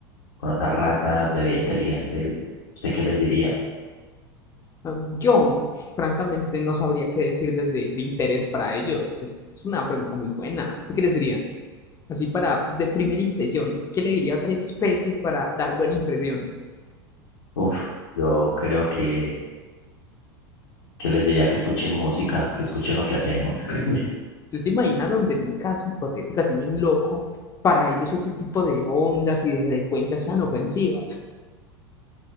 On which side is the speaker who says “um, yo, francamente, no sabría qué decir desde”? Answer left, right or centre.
Left